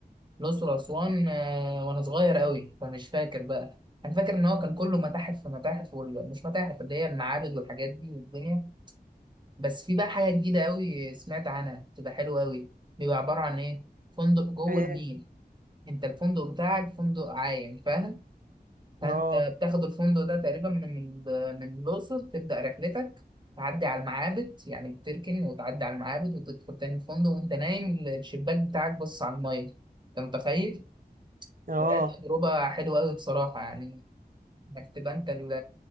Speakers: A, on the right (about 30°); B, on the right (about 60°).
A: الأقصر وأسوان آه، وأنا صغير أوي فمش فاكر بقى أنا فاكر إن هو كان كله متاحف في متاحف وال... مش متاحف اللي هي المعابد والحاجات دي والدنيا بس في بقى حاجة جديدة أوي سمعت عنها بتبقى حلوة أوي بيبقى عبارة عن إيه فندق جوه
B: ايه
A: النيل أنت الفندق بتاعك فندق عايم فاهم فأنت
B: اه
A: بتاخد الفندق ده تقريبا من من الأقصر تبدأ رحلتك تعدي على المعابد يعني بتركن وتعدي على المعابد وتدخل تاني الفندق وأنت نايم الشباك بتاعك بص على المية أنت متخيل؟
B: اه
A: وهي تجربة حلوة أوي بصراحة يعني إنك تبقى أنت ال...